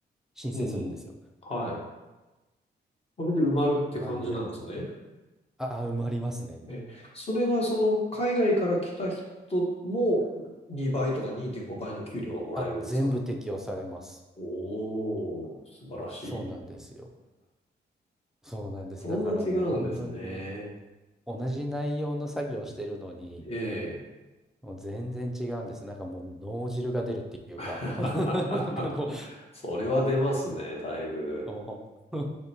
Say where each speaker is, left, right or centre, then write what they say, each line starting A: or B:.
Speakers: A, in the centre; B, on the left.
A: 申請するんですよ。
B: うん。はい。それで埋まるって感じなんですね。
A: なんで、ああ、埋まりますね。
B: え、それはその海外から来た人も2倍とか2.5倍の給料がもらえるんですか
A: あ、全部適用されます。
B: おー、素晴らしい。
A: そうなんですよ。そうなんです。
B: そんな違うんですね。
A: だからもう本当に同じ内容の作業をしてるのに、
B: ええ。
A: もう全然違うんです。なんかもう脳汁が出るっていうか、
B: <laughs>
A: この <laughs> なんかこ
B: それは出ますね、だいぶ。
A: う <laughs> もう